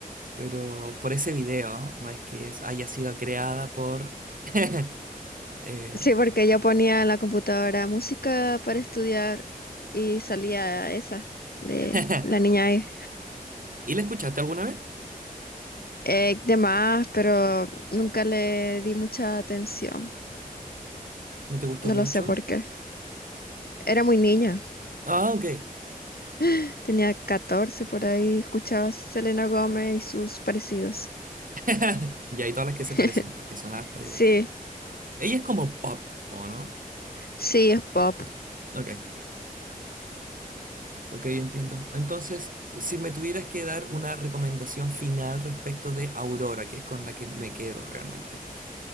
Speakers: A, on the right (about 65°); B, on the left (about 85°).
A: Pero por ese video, no es que es- haya sido creada por... <laughs> eh,
B: Sí, porque yo ponía en la computadora música para estudiar y salía esa de
A: <laughs>
B: la niña ahí.
A: ¿Y la escuchaste alguna vez?
B: Eh, demás, pero nunca le di mucha atención.
A: ¿No te gustó
B: No
A: mucho?
B: lo sé por qué. Era muy niña.
A: Ah, ok.
B: <laughs> Tenía 14 por ahí, escuchaba Selena Gómez y sus parecidos.
A: <laughs> Y hay todas las que
B: <laughs>
A: se parecen, porque son hartas igual.
B: Sí,
A: Ella es como pop, ¿o no?
B: sí, es pop.
A: Ok, ok, entiendo. Entonces, si me tuvieras que dar una recomendación final respecto de Aurora, que es con la que me quedo realmente.